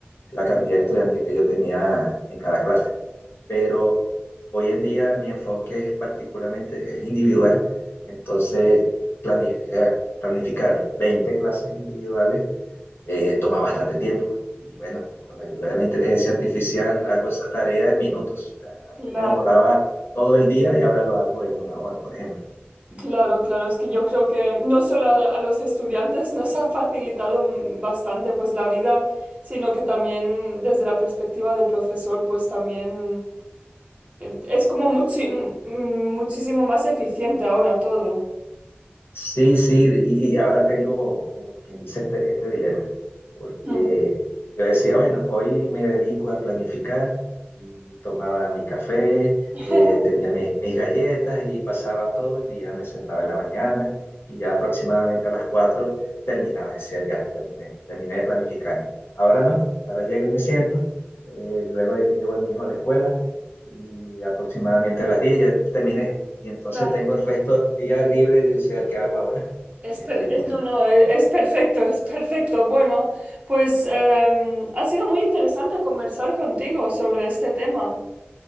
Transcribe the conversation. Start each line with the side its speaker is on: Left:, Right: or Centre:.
Left: la cantidad de estudiantes que yo tenía en cada clase. Pero hoy en día mi enfoque es particularmente es individual, entonces planificar, planificar 20 clases individuales eh, toma bastante tiempo. Y bueno, con la ayuda de la inteligencia artificial hago esa tarea en minutos. O sea, antes
Right: Claro,
Left: me demoraba todo el día y ahora lo hago en una hora, por ejemplo.
Right: claro, claro. Es que yo creo que no solo a, a los estudiantes <laughs> nos ha facilitado mm, bastante pues la vida, sino que también desde la perspectiva del profesor, pues también eh, es como muchi- mm, muchísimo más eficiente ahora todo.
Left: Sí, sí, y, y ahora tengo, como quien dice, este, este dilema, porque
Right: Mm.
Left: yo decía, bueno, hoy me dedico a planificar y tomaba mi café,
Right: <laughs>
Left: eh, tenía mis, mis galletas y pasaba todo el día, me sentaba en la mañana y ya aproximadamente a las 4 terminaba, decía, ya, terminé, terminé de planificar. Ahora no, ahora llego y me siento, eh, luego de que llevo a mi hijo a la escuela y aproximadamente a las 10 ya terminé. Y entonces
Right: Claro.
Left: tengo el resto del día libre y decía, ¿qué hago ahora?
Right: Es
Left: Estoy...
Right: per- es- no, no, e- es perfecto, es perfecto. Bueno, pues em, ha sido muy interesante conversar contigo sobre este tema.